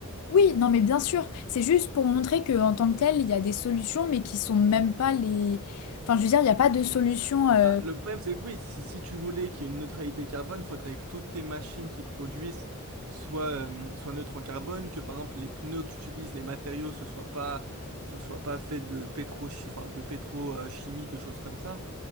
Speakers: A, on the left; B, on the right.
A: Oui, non, mais bien sûr, c'est juste pour montrer que en tant que tel, il y a des solutions, mais qui sont même pas les. Enfin, je veux dire, il n'y a pas de solution euh,
B: Bah, le problème, c'est que oui, si, si tu voulais qu'il y ait une neutralité carbone, il faudrait que toutes tes machines qui produisent soient, euh, soient neutres en carbone, que par exemple les pneus que tu utilises, les matériaux, ce soit pas, ce soit pas fait de pétro, enfin, de pétrochimie, de choses comme ça.